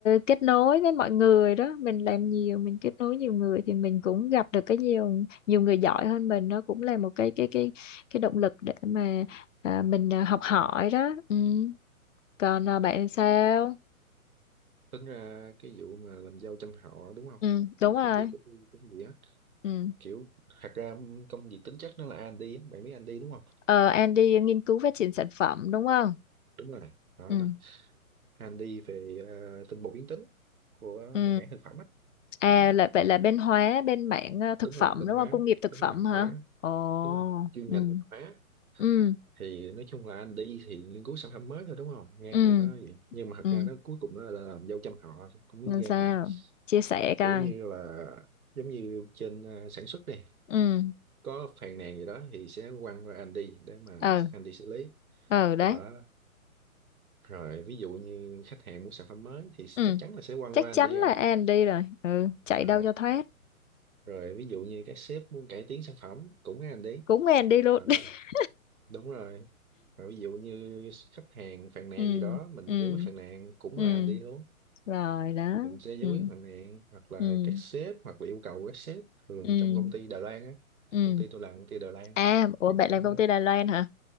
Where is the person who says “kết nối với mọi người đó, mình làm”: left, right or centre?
Left